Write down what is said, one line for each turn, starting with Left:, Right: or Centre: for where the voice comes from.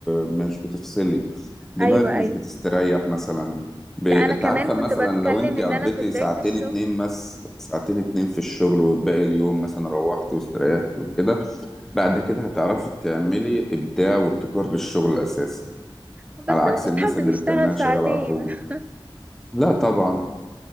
Centre: مش بتفصلي دماغك
Right: ايوه
Centre: مش
Right: ايوه
Centre: بتستريح مثلا ب... أنت
Right: لا انا كمان
Centre: عارفة
Right: كنت
Centre: مثلا
Right: بتكلم
Centre: لو أنت
Right: ان
Centre: قضيتي
Right: انا في بداية
Centre: ساعتين
Right: الشغل
Centre: اتنين بس ساعتين اتنين في الشغل والباقي اليوم مثلا روحتي واستريحتي وكده بعد كده هتعرفي تعملي إبداع وابتكار للشغل أساسا
Right: بس
Centre: على
Right: ما
Centre: عكس
Right: فيش
Centre: الناس
Right: حد
Centre: اللي
Right: بيشتغل
Centre: بتتناها
Right: ساعتين
Centre: شغالة على طول
Right: <laughs>
Centre: لا طبعا